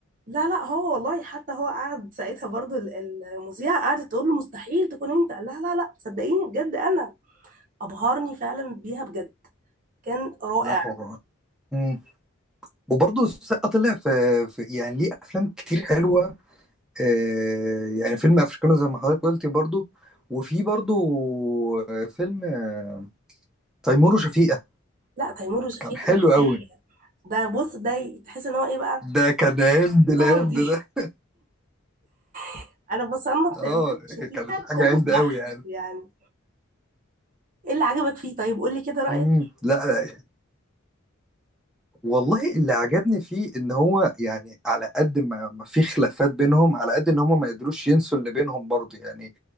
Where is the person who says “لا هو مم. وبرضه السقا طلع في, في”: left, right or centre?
Centre